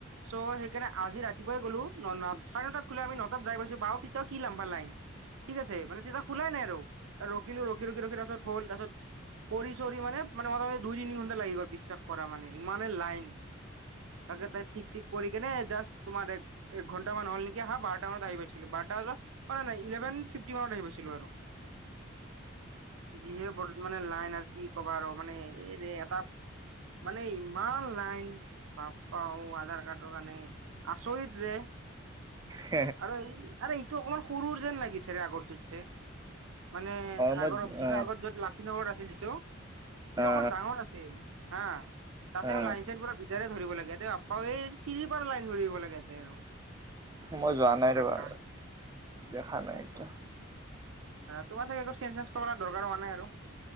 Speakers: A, on the right; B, on the right.
A: চ' সেইকাৰণে আজি ৰাতি পুৱাই গ'লো ন ন চাৰে নটাত খোলে আমি নটাত যাই পাইছোঁ বাৰ তি কি লামবা লাইন ঠিক আছে মানে তেতিয়া খোলাই নাই আৰু ৰখিলো ৰখি ৰখি ৰখি তাপাছত হ'ল তাপাছত কৰি চৰি মানে মানে মোটামুটি দুই তিনি ঘণ্টা লাগি গল বিশ্বাস কৰা মানে ইমানে লাইন তাকে তাই ঠিক চিক কৰি কেনে জাষ্ট তোমাৰ এক ঘণ্টামান হ'ল নেকি অহা। বাৰটা মানত আহি পাইছিলো বাৰটা বজাত অ নাই নাই ইলেভেন ফিফটি মানত আহি পাইছিলো আৰু যিহে বৰ্ত মানে লাইন কি কবা আৰু মানে এইৰে এটা মানে ইমান লাইন বাপ পা অও‌ আধাৰ কাৰ্ডৰ কাৰণে আচৰিত ৰে
B: অ
A: আৰু এই আৰে এইটো অকমান সৰু যেন লাগিছে ৰে আগৰটোত চে মানে
B: মই
A: আগৰ যিটো
B: অ
A: আগত য'ত লাচিত নগৰত আছিল যিটো সেইটো
B: অ
A: অকমান ডাঙৰ আছিল হা তাতেও
B: অ
A: লাইন চাইন পুৰা ধৰিব লাগে বাপা এ চিৰি পাৰা লাইন ধৰিব লাগে ইয়াতে আৰু
B: মই যোৱা
A: বিশ্বাস
B: নাই ৰবা
A: কৰা
B: দেখা নাই
A: আচ্ছা
B: এতিয়া
A: তোমাৰ চাগে একো চেঞ্চ তেঞ্চ কৰিবলৈ দৰকাৰ হোৱা নাই আৰু